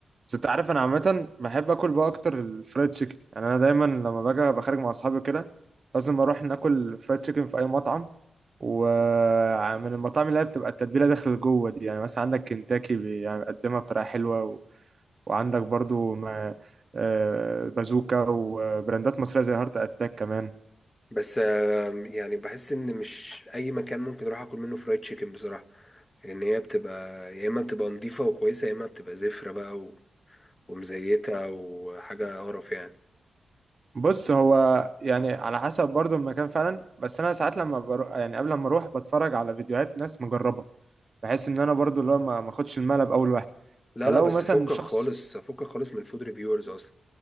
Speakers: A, on the right; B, on the left.
A: بس انت عارف انا عامه بحب اكل بقى اكتر الفرايد تشيكن يعني انا دايما لما باجي ابقى خارج مع اصحابي كده لازم اروح ناكل فرايد تشيكن في اي مطعم ومن المطاعم اللي هي بتبقى التتبيله داخل جوه دي يعني مثلا عندك كنتاكي بي- يعني بيقدمها بطريقه حلوه و... وعندك برضو ما... آه، بازوكا وبراندات مصريه زي هارت اتاك كمان
B: بس آم، يعني بحس إن مش أي مكان ممكن أروح أكل منه فرايد تشيكن بصراحة لأن هي بتبقى يا إما بتبقى نضيفة وكويسة يا إما بتبقى زفرة بقى و- ومزيتة وحاجة قرف يعني
A: بص هو يعني على حسب برضو المكان فعلا بس انا ساعات لما بروح يعني قبل ما اروح بتفرج على فيديوهات ناس مجربه بحيث ان انا برضو اللي هو ما ما اخدش الملعب اول واحد
B: لا
A: فلو
B: لا بس
A: مثلا
B: فكك
A: شخص
B: خالص فكك خالص من فود ريفيورز اصلا